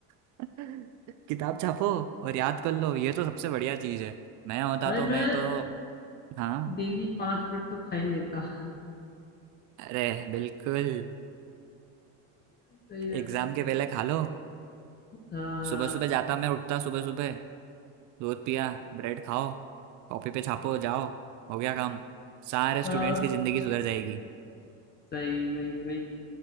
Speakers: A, on the right; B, on the left.
A: हाँ। किताब छापो और याद कर लो ये तो सबसे बढ़िया चीज है मैं
B: <laughs>
A: होता
B: भाई
A: तो
B: मैं
A: मैं तो हाँ
B: डेली पांच मिनट तो खा ही लेता
A: अरे बिल्कुल
B: सही रहता
A: एग्जाम के पहले खा लो
B: हाँ
A: सुबह सुबह जाता मैं उठता सुबह सुबह दूध पिया ब्रेड खाओ कॉपी पे छापो जाओ हो गया काम सारे स्टूडेंट्स
B: हाँ
A: की जिंदगी सुधर जाएगी
B: <laughs> सही वही वही